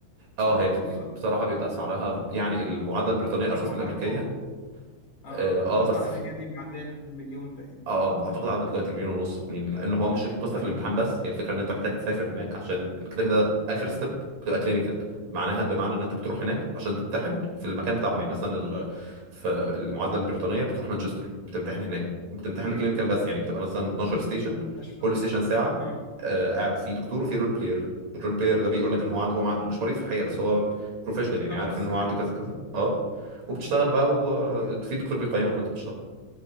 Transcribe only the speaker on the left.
سعرها
غالي ولا
لا.
بسمع
عن
ارقام اه
انا
اسمع الامريكيه دي معديه المليون باين
ولا اكتر
تقريبا
في ايه
مستشفى
بقى
اه
اه
اه بس
اكنك
اه